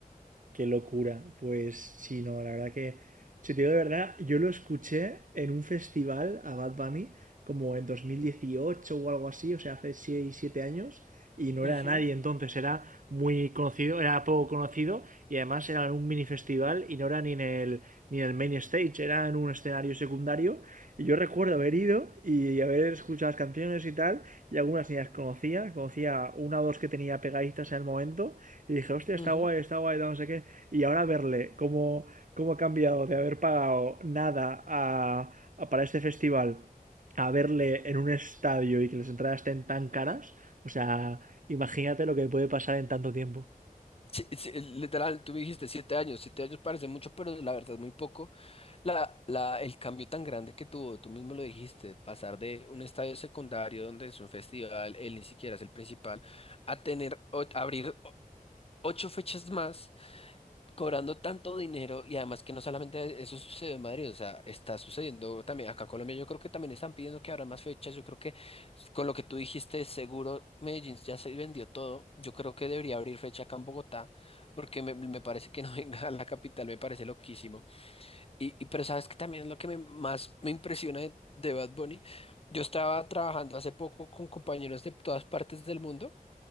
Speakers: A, on the right (about 60°); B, on the left (about 40°).
A: Qué locura. Pues sí, no, la verdad que, si te digo de verdad, yo lo escuché en un festival a Bad Bunny como en 2018 o algo así, o sea, hace 6 7 años, y no
B: Ujú,
A: era nadie entonces, era muy conocido, era poco conocido, y además era en un mini festival y no era ni en el, ni en el main stage, era en un escenario secundario. Y yo recuerdo haber ido y haber escuchado las canciones y tal, y algunas ni las conocía, conocía una o dos que tenía pegaditas en el momento, y dije, hostia, está
B: ujú.
A: guay, está guay, no sé qué. Y ahora verle cómo, cómo ha cambiado de haber pagado nada a- a- para este festival a verle en un estadio y que las entradas estén tan caras. O sea, imagínate lo que puede pasar en tanto tiempo.
B: Sí, sí, eh, literal, tú dijiste siete años, siete años parece mucho, pero la verdad es muy poco. La, la, el cambio tan grande que tuvo, tú mismo lo dijiste, pasar de un estadio secundario donde es un festival, él ni siquiera es el principal, a tener, o- abrir o- ocho fechas más cobrando tanto dinero y además que no solamente eso sucedió en Madrid, o sea, está sucediendo también acá en Colombia, yo creo que también están pidiendo que abran más fechas, yo creo que con lo que tú dijiste, seguro Medellín ya se vendió todo, yo creo que debería abrir fecha acá en Bogotá, porque me, me parece que no <laughs> venga a la capital, me parece loquísimo. Y, y pero sabes que también es lo que me, más me impresiona de, de Bad Bunny, yo estaba trabajando hace poco con compañeros de todas partes del mundo